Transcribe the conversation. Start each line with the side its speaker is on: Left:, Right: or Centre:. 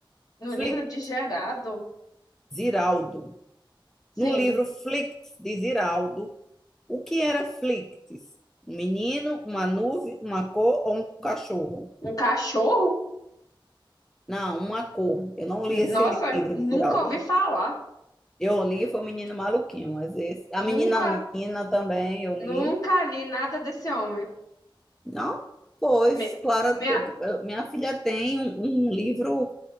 Left: No
Centre: Flict,
Left: livro de Gerardo,
Centre: Ziraldo.
Left: sim.
Centre: No livro Flict de Ziraldo, o que era Flicts? Um menino, uma nuvem, uma cor ou um cachorro?
Left: Um cachorro?
Centre: Não, uma cor. Eu não li
Left: Nossa,
Centre: esse livro
Left: nunca
Centre: de Ziraldo.
Left: ouvi falar.
Centre: Eu li, foi o Menino Maluquinho, mas esse, a Menina
Left: Nunca,
Centre: Nina também eu li.
Left: nunca li nada desse homem.
Centre: Não, pois,
Left: Minha,
Centre: Clara,
Left: minha,
Centre: minha filha tem um, um livro